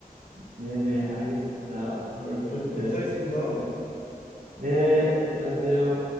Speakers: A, on the right; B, on the left.
A: 네, 네, 알겠습니다. 오늘,
B: 네, 오늘 감사했습니다.
A: 예, 수고- 네, 수고하세요.